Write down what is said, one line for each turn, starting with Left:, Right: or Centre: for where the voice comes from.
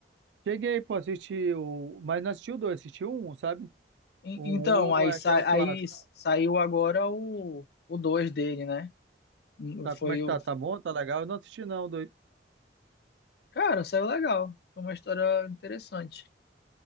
Right: Cheguei, pô, assistir o... Mas não assisti o dois, assisti o um, sabe?
Left: En-
Right: O
Left: Então, aí,
Right: um é
Left: sa-
Right: que é o clássico.
Left: aí saiu agora o, o 2 dele, né? Hum,
Right: Tá,
Left: Foi
Right: como é que
Left: o.
Right: tá? Tá bom? Tá legal? Eu não assisti não, o dois.
Left: Cara, saiu legal. Foi uma história interessante.